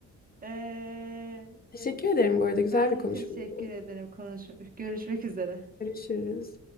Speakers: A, on the right; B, on the left.
A: Ee,
B: Teşekkür ederim bu arada güzel
A: ben
B: bir
A: de
B: konuşmaydı.
A: teşekkür ederim. Konuş görüşmek üzere.
B: Görüşürüz.